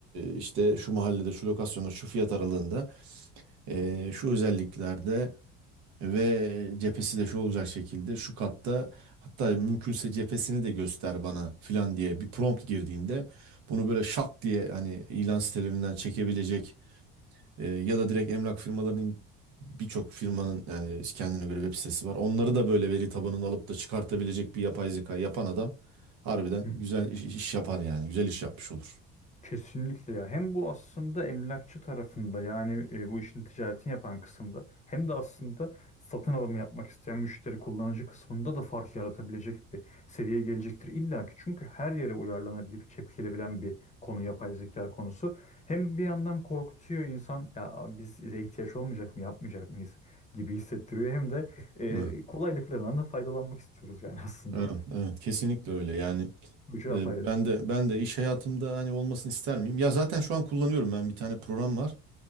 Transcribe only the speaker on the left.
<laughs>
Kesinlikle ya. Hem bu aslında emlakçı tarafında yani e, bu işin ticaretini yapan kısımda hem de aslında satın alımı yapmak isteyen müşteri kullanıcı kısmında da fark yaratabilecek bir seviyeye gelecektir illa ki. Çünkü her yere uyarlanabilip çekilebilen bir konu yapay zeka konusu. Hem bir yandan korkutuyor insan ya bize ihtiyaç olmayacak mı yapmayacak mıyız gibi hissettiriyor. Hem de e,
kolaylıklarından da faydalanmak istiyoruz yani aslında.
Bu cevap
ayrı.